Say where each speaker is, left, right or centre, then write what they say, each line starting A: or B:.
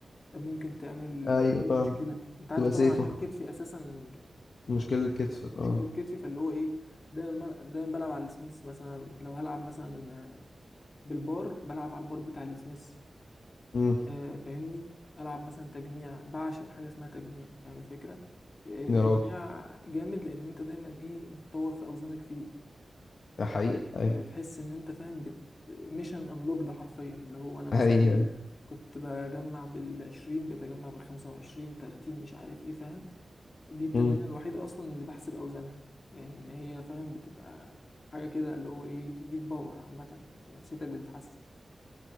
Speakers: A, on the left (about 55°); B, on the left (about 75°).
A: ممكن تعمل
B: ايوه
A: تعمل
B: فاهم
A: لي مشكلة انت عارف
B: تبقى
A: طبعا
B: سيف
A: عشان
B: اكتر
A: كتفي اساسا
B: مشكلة
A: يعني
B: كتفك
A: مشكلة
B: اه
A: كتفي فاللي هو ايه ده دايما دايما بلعب على السميث مثلا لو هلعب مثلا آه، بالبار بلعب على البار بتاع السميث
B: امم
A: آه، فاهمني العب مثلا تجميع بعشق حاجه اسمها تجميع فاهم الفكره آه، التجميع
B: يا راجل
A: جامد لان انت دايما ايه بتطور في اوزانك فيه
B: ده حقيقة اي
A: فبتحس ان انت فاهم بت... ميشن انلوك ده حرفيا اللي هو انا مثلا
B: اي
A: كنت بجمع بال20 بتجمع بال25 30 مش عارف ايه فاهم دي التمرين
B: امم
A: الوحيده اصلا اللي بحسب اوزانها لان هي فاهم بتبقى حاجه كده اللي هو ايه بتديك باور عامه نفسيتك بتتحسن